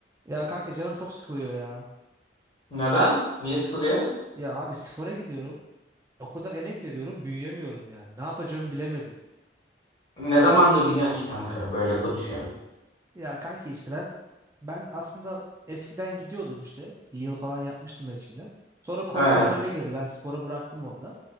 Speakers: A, on the right; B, on the left.
A: Ya kanka canım çok sıkılıyor ya.
B: Neden? Niye sıkılıyor?
A: Ya abi spora gidiyorum. O kadar emek veriyorum, büyüyemiyorum yani. Ne yapacağımı bilemedim.
B: Ne zamandır gidiyorsun ki kanka böyle konuşuyorsun?
A: Ya kanki işte ben ben aslında eskiden gidiyordum işte. Bir yıl falan yapmıştım eskiden. Sonra korona
B: Ha.
A: döneme girdi. Ben sporu bıraktım orada.